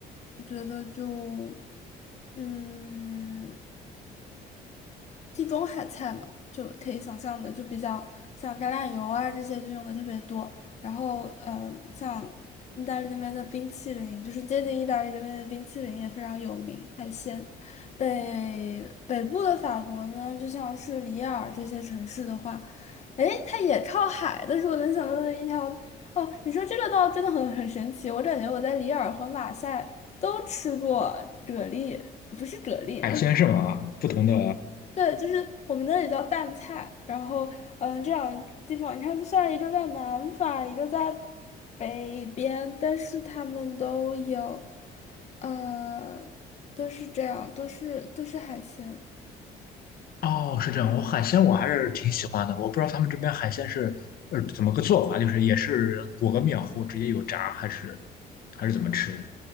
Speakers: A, on the left; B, on the left.
A: 我觉得就，嗯。地中海菜嘛，就可以想象的，就比较像橄榄油啊这些就用的特别多。然后，嗯、像意大利那边的冰淇淋，就是接近意大利那边的冰淇淋也非常有名，海鲜。北北部的法国呢，就像是里尔这些城市的话，诶，它也靠海，但是我能想到的一条，哦，你说这个倒真的很很神奇，我感觉我在里尔和马赛都吃过蛤蜊，不是蛤蜊，
B: 海鲜是吗？
A: 那。
B: 不同的
A: 对，就是我们那里叫蛋菜，然后嗯，这两个地方，你看，虽然一个在南法，一个在北边，但是他们都有，呃，都是这样，都是都是海鲜。
B: 哦，是这样。我海鲜我还是挺喜欢的。我不知道他们这边海鲜是呃怎么个做法，就是也是裹个面糊直接有炸，还是还是怎么吃？